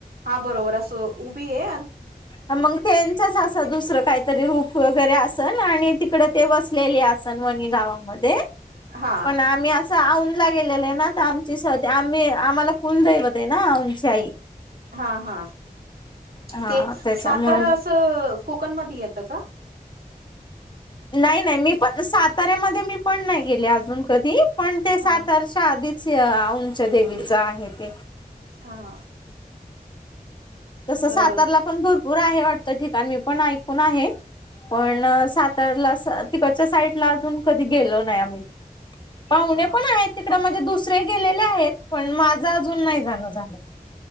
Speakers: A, on the right (about 85°); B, on the left (about 30°).
A: हा बरोबर असं उभी ये
B: हा मंग त्यांचच असं दुसरं काय ते रूप वगैरे असन आणि तिकड ते वसलेले असन वणी गावामध्ये
A: आहे हा
B: पण आम्ही अ असं औंदला गेलेलं हे ना तर आमची सती आम्ही आम्हाला कुल दैवत हे ना औंदची आई.
A: हा हा
B: हा
A: ते
B: त्याच्यामुळे
A: सातारा असं कोकणमधी येतं का.
B: नाय नाय मी पण साताऱ्यामध्ये मी पण नाय गेले अजून कधी पण ते सातारचे
A: हा
B: ते आधीच अ औंदच्या देवीचं आहे ते
A: हा.
B: तसं
A: अ
B: सातारला पण भरपूर आहे वाटतं ठिकाण मी पण ऐकून आहे. पण सातारला असं तिकडच्या साईडला अजून कधी गेलो नाय आम्ही पाहुणे
A: हा
B: पण आहेत तिकड म्हणजे दुसरे गेलेले आहेत पण माझं अजून नाही जाण झालं.